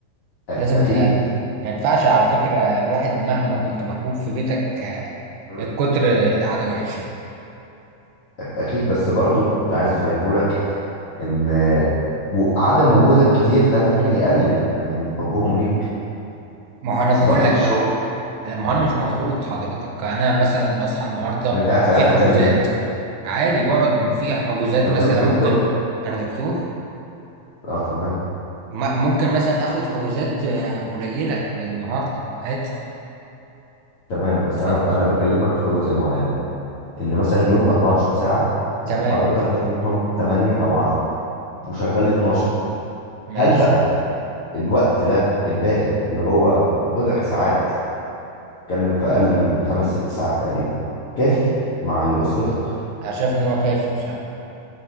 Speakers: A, on the left; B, on the right.
A: أك-
B: لازم
A: اكيد
B: تقلل ما ينفعش على فكره الواحد مهما كنت محبوب في بيتك آه،
A: مم.
B: الكتر القعده وحشه
A: اكيد بس برضو اللي عايز افهمه لك ان و- عدم وجودك كتير ده ممكن يقلل من حبهم ليك
B: ما هو انا بقول
A: ضغط
B: لك
A: الشغل
B: بقى لا، ما
A: من
B: هو انا مش مضغوط حضرتك انا مثلا بصحى النهارده
A: انت قاعد في القعده
B: في حجوزات
A: بتعمل ايه
B: عادي بقعد في حجوزات
A: انت مش
B: مثلا
A: قلت دكتور
B: ممكن انا دكتور
A: اه تمام
B: ما- ممكن مثلا اخد حجوزات آه، قليله للنهارده عادي
A: تمام بس
B: فاهم
A: انا
B: قصدي
A: انا بكلمك في جزئيه معينه ان مثلا يوم 24 ساعه
B: تمام
A: حضرتك نايم منهم 8 او 10 وشغال 12
B: ماشي
A: هل بقى الوقت ده الباقي اللي هو بضع ساعات اتكلم في اقل من خمس ست ساعات تقريبا كافي مع اللي اسرتك
B: انا شايف ان هو كافي بصراحه